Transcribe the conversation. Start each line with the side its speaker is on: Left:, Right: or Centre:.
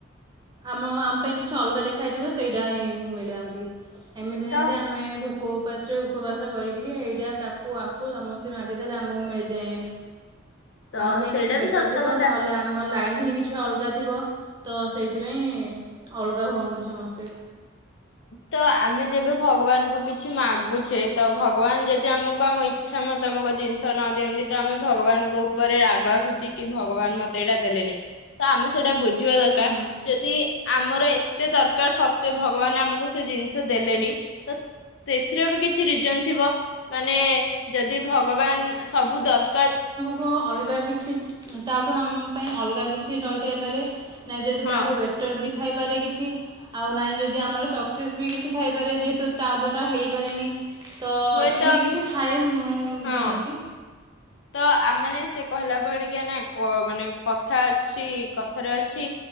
Right: ଆମ ଆମ ପାଇଁ କିଛି ଅଲଗା ଲେଖା ହେଇଥିବ ସେଇଟା ହିଁ ମିଳେ ଆମଟିକି। ଏମିତି
Left: ତ
Right: ନାହିଁ ଯେ ଆମେ ଭୋକ ଉପାସରେ ଉପବାସ କରିକିରି ଏଇଟା ତାକୁ ଆକୁ ସମସ୍ତିଙ୍କି ମାଗିଦେଲେ ଆମକୁ ମିଳିଯାଏନି।
Left: ତ
Right: ଆମ ପାଇଁ
Left: ସେଇଟା
Right: କିଛି ବେଟର୍
Left: ବି ସତ
Right: ଥିବ
Left: କଥା
Right: ନହେଲେ ଆମ ଆମ ଲାଇନ୍ ହିଁ କିଛି ଅଲଗା ଥିବ ତ ସେଇଥିପାଇଁ ଅଲଗା ହୁଅନ୍ତି ସମସ୍ତେ।
Left: ତ ଆମେ ଯେବେ ଭଗବାନଙ୍କୁ କିଛି ମାଗୁଛେ ତ ଭଗବାନ ଯଦି ଆମକୁ ଆମ ଇ ଇଚ୍ଛା ମୁତାବକ ଜିନିସ ନ ଦିଅନ୍ତି ତ ଆମେ ଭଗବାନ୍ ଙ୍କ ଉପରେ ରାଗ ଅସୁଛି କି ଭଗବାନ ମୋତେ ଏଇଟା ଦେଲେନି। ତ ଆମେ ସେଇଟା ବୁଝିବା ଦରକାର
Right: ହୁଁ।
Left: ଯଦି ଆମର ଏତେ ଦରକାର୍ ସତ ଭଗ୍ ଭଗବାନ ଆମକୁ ସେ ଜିନିସ ଦେଲେନି ତ ସେଥିର ବି କିଛି ରିଜନି ଥିବ ମାନେ ଯଦି ଭଗବାନ୍ ସବୁ ଦରକାର୍
Right: କୁ ଅଲଗା କିଛି ତା ଠୁ ଆମ ପାଇ ଅଲଗା କିଛି ରହିଥାଇ ପାରେ। ନାଇ ଯଦି
Left: ହଁ
Right: ତା ଠୁ ବେ ଟର୍ ବି ଥାଇ ପାରେ କିଛି ଆଉ ନାହିଁ ଯଦି ଆମର ସକ୍ସେସ୍ ବି କିଛି ଥାଇ ପାରେ ଯେହେତୁ ତା ଦ୍ଵାରା ହେଇପାରେନି। ତ
Left: ହୁଏତ
Right: ଏମିତି କିଛି ଥାଏ। ମୁଁ
Left: ହଁ
Right: ଜାଣିଛି।
Left: ତ ଆମେ ମାନେ ସେ କହିଲା ପରିକା ନା କ ମାନେ କଥା ଅଛି କଥାରେ ଅଛି।